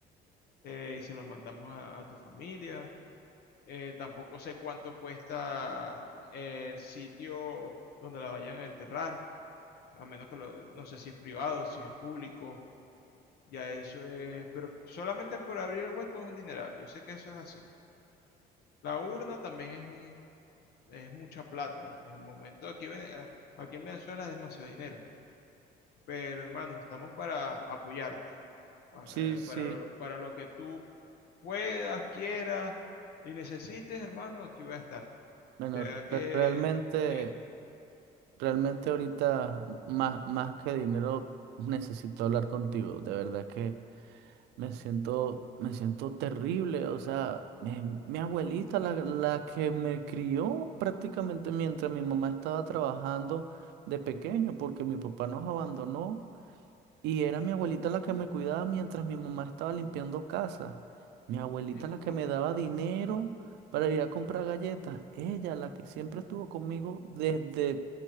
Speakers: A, on the left (about 70°); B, on the right (about 90°).
A: eh, y se lo mandamos a, a tu familia. Eh, tampoco sé cuánto cuesta el sitio donde la vayan a enterrar, a menos que lo, no sé si es privado, si es público, ya eso es, pero solamente por abrir el hueco es un dineral, yo sé que eso es así. La urna también es un, es mucha plata, en el momento aquí, en Vene- a- aquí en Venezuela es demasiado dinero, pero hermano, estamos para apoyar.
B: Sí,
A: eh,
B: sí.
A: para, para lo que tú puedas, quieras y necesites, hermano, aquí voy a estar.
B: Bueno,
A: De verdad que
B: re- realmente,
A: eh,
B: realmente ahorita más, más que dinero necesito hablar contigo. De verdad que me siento, me siento terrible. O sea, mi, mi abuelita, la, la que me crió prácticamente mientras mi mamá estaba trabajando de pequeño, porque mi papá nos abandonó Y era mi abuelita la que me cuidaba mientras mi mamá estaba limpiando casa. Mi abuelita
A: sí, es
B: la
A: como
B: que me daba dinero para ir a comprar galletas. Ella la que siempre estuvo conmigo desde